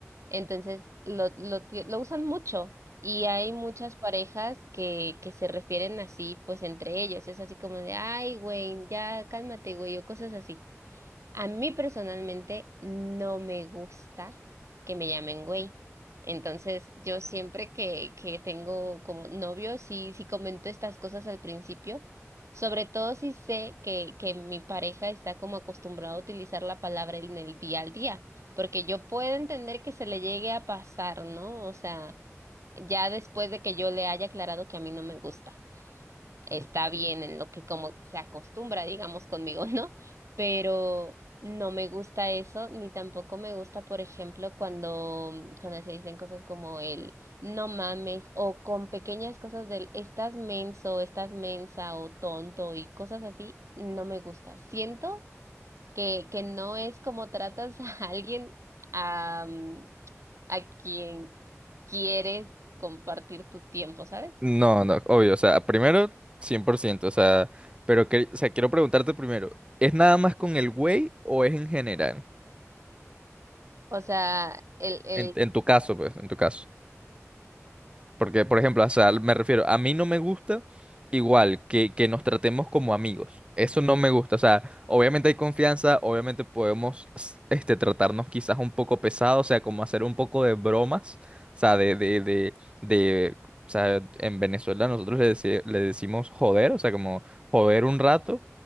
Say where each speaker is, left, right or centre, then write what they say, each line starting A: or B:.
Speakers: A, on the right; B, on the right.
A: Entonces lo, lo, ti- lo usan mucho y hay muchas parejas que, que se refieren así, pues entre ellos. Es así como de, ay, güey, ya cálmate, güey, o cosas así. A mí personalmente no me gusta que me llamen güey. Entonces, yo siempre que, que tengo como novio, sí, sí comento estas cosas al principio, sobre todo si sé que, que mi pareja está como acostumbrado a utilizar la palabra en el día al día, porque yo puedo entender que se le llegue a pasar, ¿no? O sea, ya después de que yo le haya aclarado que a mí no me gusta está bien en lo que como que se acostumbra, digamos, conmigo, <laughs> ¿no? Pero no me gusta eso, ni tampoco me gusta, por ejemplo, cuando, cuando se dicen cosas como el no mames, o con pequeñas cosas del estás menso, estás mensa, o tonto, y cosas así, no me gusta. Siento que, que no es como tratas <laughs> a alguien a, a quien quieres compartir tu tiempo, ¿sabes?
B: No, no, obvio, o sea, primero 100%. o sea, pero que, o sea, quiero preguntarte primero, ¿es nada más con el güey o es en general?
A: O sea, el, el,
B: En, en tu caso, pues, en tu caso. Porque, por ejemplo, o sea, me refiero, a mí no me gusta igual que, que nos tratemos como amigos. Eso no me gusta. O sea, obviamente hay confianza, obviamente podemos s- este, tratarnos quizás un poco pesado, o sea, como hacer un poco de bromas. O sea, de, de, de, de- o sea, en Venezuela nosotros le, deci- le decimos joder, o sea, como joder un rato,